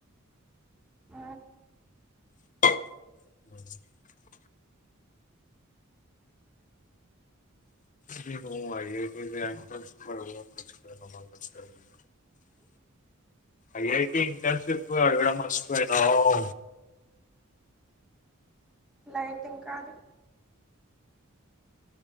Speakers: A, in the centre; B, on the left.
A: ఊ
B: <inaudible> మ్ <unintelligible> ఐఐటి ఇంటర్న్షిప్ అడగడం మర్చిపోయినవ్
A: లైట్ ఇంకా అది